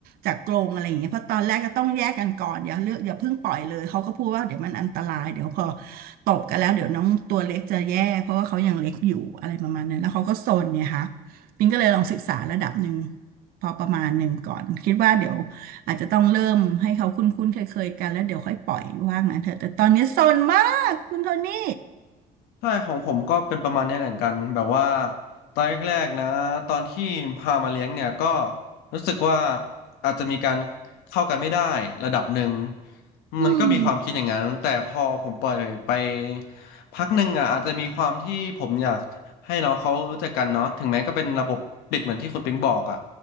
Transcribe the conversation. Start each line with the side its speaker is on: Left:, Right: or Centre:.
Right: จากกรงอะไรอย่างเงี้ยเพราะตอนแรกก็ต้องแยกกันก่อนอย่าเลือกอย่าเพิ่งปล่อยเลยเขาก็พูดว่าเดี๋ยวมันอันตรายเดี๋ยวพอตบกันแล้วเดี๋ยวน้องตัวเล็กจะแย่เพราะว่าเขายังเล็กอยู่อะไรประมาณนั้นแล้วเขาก็ซนไงคะปิงก็เลยลองศึกษาระดับหนึ่งพอประมาณหนึ่งก่อนคิดว่าเดี๋ยว อาจจะต้องเริ่มให้เขาคุ้นๆเคยๆกันแล้วเดี๋ยวค่อยปล่อยว่างั้นเถอะแต่ตอนนี้ซนมากคุณโทนี่
Left: ใช่ของผมก็เป็นประมาณนี้เหมือนกันแบบว่าตอนแรกๆนะตอนที่พามาเลี้ยงเนี่ยก็รู้สึกว่าอาจจะมีการเข้ากันไม่ได้ระดับหนึ่ง
Right: อืม
Left: มันก็มีความคิดอย่างนั้นแต่พอผมปล่อยไปพักหนึ่งอ่ะอาจจะมีความที่ผมอยากให้น้องเขารู้จักกันเนาะถึงแม้ก็เป็นระบบปิดเหมือนที่คุณปิงบอกอ่ะ